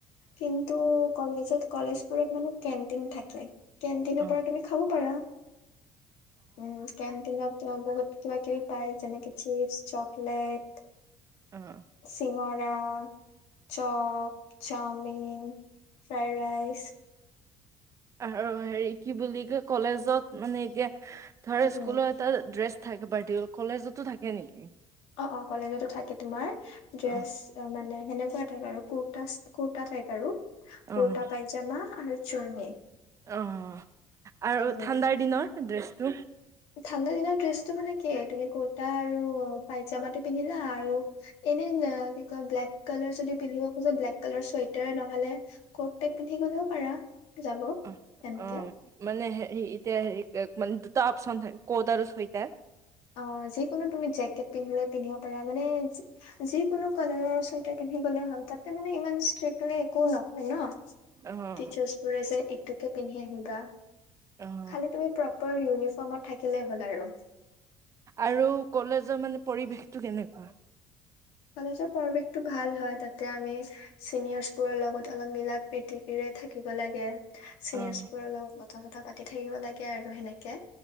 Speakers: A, on the left; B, on the right.
A: কিন্তু কলেজত কলেজ একোৰেত মানে কেণ্টিন থাকে। কেণ্টিনৰ
B: অ অ
A: পৰা তুমি খাব পাৰা। উম কেণ্টিনত বহুত কিবা কিবি পায় যেনেকে চিপচ। চপ লেত
B: অ অ
A: চিঙৰা। চক, চাওমিন, ফ্ৰাই ৰাইচ।
B: আৰু হেৰি কি বুলি কয় কলেজত মানে এতিয়া ধৰা
A: উম উম
B: স্কুলৰ এটা ড্ৰেছ। থাক পাৰ্তি কলেজতো থাকে নেকি?
A: অ অ কলেজতো থাকে তোমাৰ ড্ৰেছ
B: অ',
A: মানে। সেনেকুৱা টাইপ আৰু কুৰা কুুৰ্তা টাইপ আৰু
B: অ',
A: কটা পায়জামা আৰু চুৰ্ণী
B: অ আৰু
A: উম
B: ঠাণ্ডাৰ দিনৰ ড্ৰেছ। ৰোম।
A: ঠাণ্ডা দিনৰত ড্ৰেছটো মানে কি তু সেই কুৰ্তা আৰু পাইজামাটো পিন্ধিলা। আৰু এনে না। কয় ব্লেক কালাৰ যদি পিন্ধিব খোজে ব্লেক কালাৰ চুৱেটাৰ নহ'লে ক'ত ত পিন্ধি গ'লেও পাৰা। যাব
B: অ
A: সেনেকে
B: অ মানে হেৰী এতিয়া হেৰী। মানে দুটা আপচন থাকে ক'ত আৰু চুৱেটাৰ।
A: অ যিকোনো তুমি জেকেট পিন্ধিলে পিন্ধিব পাৰা মানে যিকোনো কালাৰৰ চুৱেটাৰ পিন্ধি গলে হ'ল। তাতে মানে ইমান ষ্ট্ৰিক্টলি একো নকয় ন।
B: অ',
A: টিচাৰ্ছবোৰে যে সটোকে পিন্ধি আহিবা।
B: অ',
A: খালি তুমি প্ৰপাৰ ইনিফমত। থাকিলে হ'ল আৰু।
B: আৰু কলেজৰ মানে পৰিৱেশটো কেনেকুৱা?
A: কলেজৰ পৰিৱেশ টো ভাল হয়। তাতে আমি চিনিয়ৰ্চ বোৰৰ লগত অলপ মিলা -প্ৰতিৰে থাকিব লাগে। চিনিয়ৰজ
B: অ',
A: বোৰৰ লগত। তথা তথা পাতি থাকিব লাগে আৰু সেনেকে